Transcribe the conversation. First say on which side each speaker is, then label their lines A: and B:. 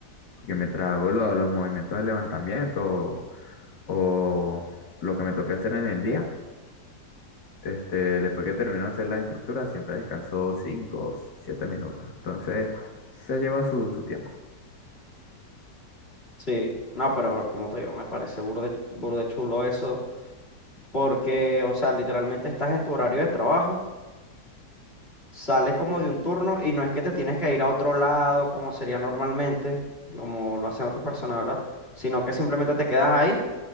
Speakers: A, on the left; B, on the left.
A: Porque mientras hago lo- los movimientos de levantamiento o lo que me toque hacer en el día, Este, después que terminó de hacer las estructuras, siempre descansó 5 o 7 minutos. Entonces, se lleva su, su tiempo.
B: Sí, no, pero como te digo, me parece burde, burde chulo eso, porque, o sea, literalmente estás en tu horario de trabajo, sales como de un turno y no es que te tienes que ir a otro lado como sería normalmente, como lo hacen otras personas, ¿verdad? Sino que simplemente te quedas ahí,